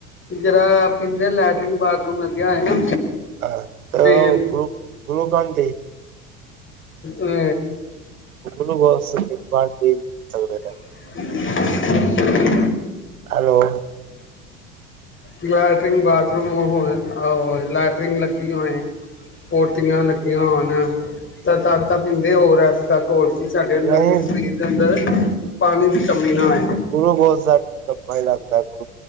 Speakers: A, on the left; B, on the right.
A: ਜਿਹਰਾ ਪੀਂਦੇ ਲੈਟਰਿਨ ਬਾਥਰੂਮ ਲੱਗਿਆ ਹੈ ਨਾ
B: ਹਾਂ
A: ਫੇਰ
B: ਗੂ ਗੁਰੂਕੋਲ ਡੀ
A: ਅ
B: ਲ ਬਸਨ ਬਾਦ ਨਹੀਂ ਸਕਦੇ।
A: <inaudible>
B: ਹੈਲੋ,
A: ਲੈਟਰਟਰਿਨ ਬਾਥਰੂਮ ਉਹ ਲੈਟਰਿਨ ਲੱਗੀ ਹੋਏ। ਪੋਟੀਆਂ ਲੱਗੀਆਂ ਹੋਣ ਤਾਂ ਤਾਂ ਪੀਂਦੇ ਹੋਰ ਇਸ ਤਰਾ ਸਾਡੇ ਅੰਦਰ
B: ਨਹੀਂ
A: ਸਰੀਰ ਦੇ ਅੰਦਰ ਪਾਣੀ ਦੀ ਕਮੀ ਨਾ ਆਏ
B: ਉਹਨੂੰ ਬਹੁਤ ਸਾਰਾ ਡੱਬਾ ਹੀ ਲੱਗਦਾ ਗ